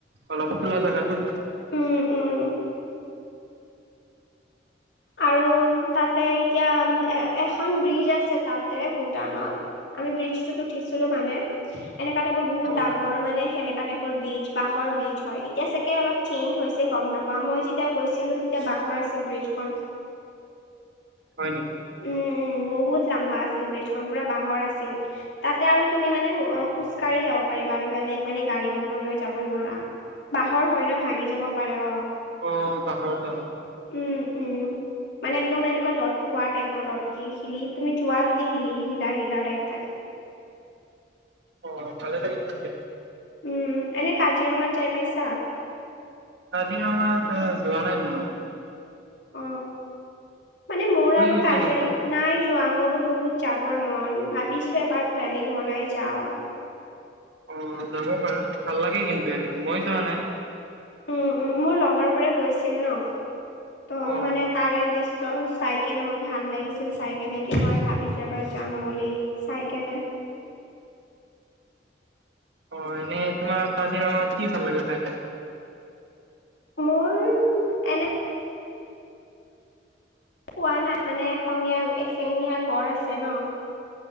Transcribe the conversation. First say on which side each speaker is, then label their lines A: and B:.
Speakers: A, on the right; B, on the left.
A: অলপ খোলা জাগাটো।
B: উম, উম। আৰু তাতে এতিয়া এ এখন ব্ৰিজ আছে তাতে ভূটানত, আমি ব্ৰিজ টোত উঠিছিলো মানে, এনেকা টাইপৰ বহুত
A: অ
B: ডাঙৰ মানে সেনেকা টাইপ ব্ৰীজ বাঁহৰ ব্ৰীজ হয়। এতিয়া চাগে অলপ চেঞ্জ হৈছে গম নাপাওঁ মই যেতিয়া গৈছিলো সেই বাঁহৰ আছিল ব্ৰীজখন
A: হয়' নেকি?
B: উম' উম' বহুত লম্বা আছিল ব্ৰীজখন পুৰা বাঁহৰ আছিল। তাতে আৰু তুমি মানে অ'খোজকাঢ়ি যাব পাৰিবা, আৰু বেলেগ মানে গাড়ী মটৰ লৈ যাব নোৱাৰা। বাঁহৰ হয় ন, ভাঙি যাব পাৰে। অ'
A: অ পাহৰ তলত
B: উম' উম--মানে একদম এনেকুৱা ল লতকোৱা টাইপৰ লতকি শিলি তুমি যোৱা যদি হিলি হিলা হিলা টাইপ থাকে।
A: অ' ভালে লাগে তেনেকে।
B: উম' এনে কাজিৰঙাত যাই পাইছা?
A: কাজিৰঙাত এই, যোৱা নাই মই।
B: অ। মানে মোৰ
A: তুমি
B: আৰু
A: গৈছা
B: কাজিৰঙা,
A: নেকি
B: নাই যোৱা মোৰো বহুত যাবৰ মন ভাবিছোঁ এবাৰ প্লেনিং বনাই যাওঁ।
A: অ' যাব পাৰা ভাল লাগে কিন্তু এনে, মই যোৱা নাই।
B: উম' উম' মোৰ লগৰ বোৰে গৈছিল ন? ত
A: অ
B: মানে তাৰে দৃশ্য চাই। কেনে মোৰ ভাল লাগিছিল। চাই কেনে কি মই ভাবিছোঁ এবাৰ যাম বুলি চাই কেনে
A: অ' এনে তোমাৰ কাজিৰঙাত কি ভাল লাগে? চাইডত,
B: মোৰ এনে, পোৱা নাই মানে এশিঙীয়া ল' এশিঙীয়া গড় আছে ন?